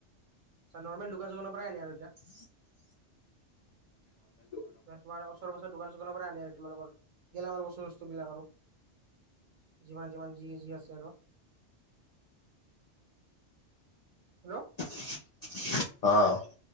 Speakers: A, on the right (about 55°); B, on the left (about 60°).
A: চ নৰ্মেল যোগাযোগৰ পৰাই আনে আৰু এতিয়া
B: <unintelligible> <unintelligible>
A: তোমাৰ ওচৰ পাছৰ দোকান চোকান পৰা আনে আৰু তোমালোক গেলামাল বস্তু চোটোবস্তু বিলাক আৰু যিমান যিমান যি যি আছে আৰু হেল্ল'
B: অ